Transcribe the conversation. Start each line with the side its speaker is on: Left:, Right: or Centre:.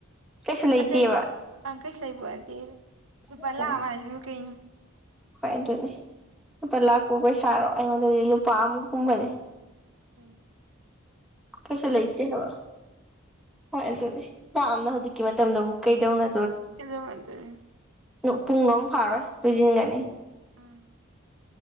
Centre: ꯀꯩꯁꯨ ꯂꯩꯇꯦꯕ
Right: ꯑꯇꯩ ꯑꯪꯀꯁ ꯂꯩꯕꯗꯦ ꯂꯨꯄꯥ
Centre: ꯑꯗꯨꯅꯤ
Right: ꯂꯥꯛꯑꯕ ꯍꯥꯏꯁꯤꯕ ꯀꯩꯅꯣ
Centre: ꯍꯣꯏ ꯑꯗꯨꯅꯦ ꯂꯨꯄꯥ ꯂꯥꯛꯄꯥꯎ ꯄꯩꯁꯥꯔꯣ ꯑꯩꯉꯣꯟꯗꯗꯤ ꯂꯨꯄꯥ ꯑꯃꯨ ꯀꯨꯝꯕꯅꯦ
Right: ꯍꯣꯏ
Centre: ꯀꯩꯁꯨ ꯂꯩꯇꯦ ꯍꯥꯏꯕ ꯍꯣꯏ ꯑꯗꯨ ꯌꯥꯝ ꯌꯥꯝꯅ ꯍꯧꯖꯤꯛꯀꯤ ꯣꯕꯨꯛ ꯀꯩꯗꯧꯅ
Right: ꯍꯗꯗꯔꯦ
Centre: ꯄꯨꯡ ꯑꯝꯛ ꯐꯥꯔꯣꯏ ꯂꯣꯏꯁꯤꯟꯒꯅꯤ
Right: ꯑꯥ